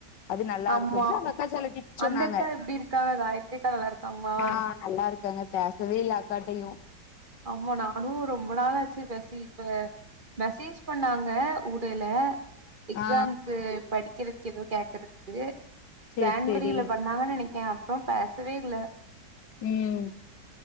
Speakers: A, on the left; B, on the right.
A: அது நல்லா
B: ஆமா
A: இருக்குன்சு அந்த அக்கா சில டிப்ஸ்
B: அந்த
A: சொன்னாங்க
B: அக்கா எப்டி இருக்காங்க காயத்ரி அக்கா நல்லா இருக்காங்களா
A: ஆ நல்லா இருக்கங்க பேசவேல அக்காடையு
B: ஆமா நா <unintelligible> ரொம்ப நாளாச்சு பேசி இப்ப மெசேஜ் பண்ணாங்க ல்ல ல எக்ஸாம்க்கு
A: ஆ
B: படிக்கறதுக் ஏதோ கேக்கறதுக்கு
A: சேரி
B: ஜான்வரில
A: சேரி
B: பண்ணாங்கன் நெனைக்கே அப்றோ பேசவேல்ல
A: ம்